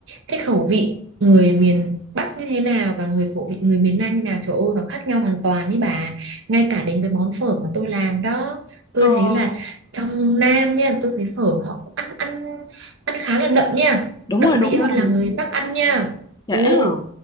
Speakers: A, on the right (about 60°); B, on the left (about 20°).
A: cái khẩu vị người miền Bắc như thế nào và người khẩu vị người miền Nam như nào trời ơi nó khác nhau hoàn toàn ý bà. Ngay cả đến cái món phở mà tôi làm đó, tôi
B: Ờ,
A: thấy là trong Nam nha, tôi thấy phở họ cũng ăn ăn ăn khá là đậm nha,
B: đúng
A: đậm
B: rồi, đúng
A: vị hơn
B: rồi.
A: là người Bắc ăn nha.
B: Trễ
A: Ồ,
B: hả?